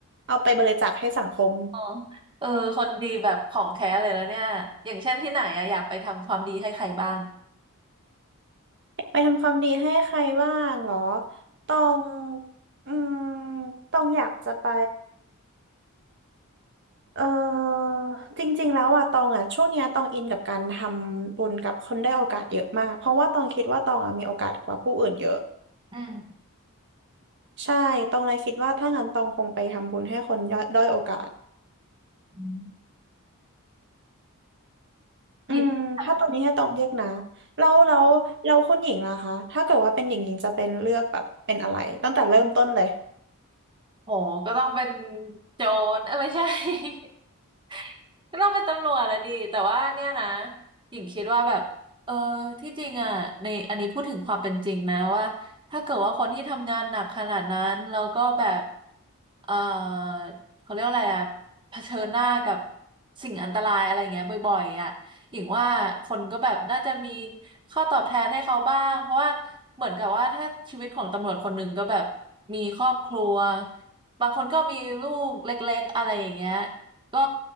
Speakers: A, on the right; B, on the right.
A: เอาไปบริจาคให้สังคม
B: อ๋อเออคนดีแบบของแท้เลยแล้วเนี่ยอย่างเช่นที่ไหนอะอยากไปทำความดีให้ใครบ้าง
A: ไปทำความดีให้ใครบ้างเหรอตองอืมตองอยากจะไปเออจริงๆแล้วอะตองอะช่วงเนี้ยตองอินกับการทำบุญกับคนได้อยโอกาสเยอะมากเพราะว่าตองคิดว่าตองอะมีโอกาสกว่าผู้อื่นเยอะ
B: อืม
A: ใช่ตองเลยคิดว่าถ้างั้นตองคงไปทำบุญให้คนยด้อยโอกาส
B: อืมเน
A: อืมถ้าตอนนี้ให้ตองเลือกนะแล้วแล้วแคุณหญิงล่ะคะ ถ้าเกิดว่าเป็นหญิงหญิงจะเป็นเลือกแบบเป็นอะไรตั้งแต่เริ่มต้นเลย
B: โหก็ต้องเป็นโจรเออไม่ใช่ <laughs> ก็ต้องเป็นตำรวจละดีแต่ว่าเนี่ยนะหญิงคิดว่าแบบเออที่จริงอ่ะในอันนี้พูดถึงความเป็นจริงนะว่าถ้าเกิดว่าคนที่ทำงานหนักขนาดนั้นแล้วก็แบบเออเขาเรียกว่าอะไรอ่ะเผชิญหน้ากับสิ่งอันตรายอะไรเงี้ยบ่อยๆอ่ะหญิงว่าคนก็แบบน่าจะมีข้อตอบแทนให้เขาบ้างเพราะว่าเหมือนกับว่าถ้าชีวิตของตำรวจคนหนึ่งก็แบบมีครอบครัว บางคนก็มีลูกเล็กๆอะไรอย่างเงี้ยก็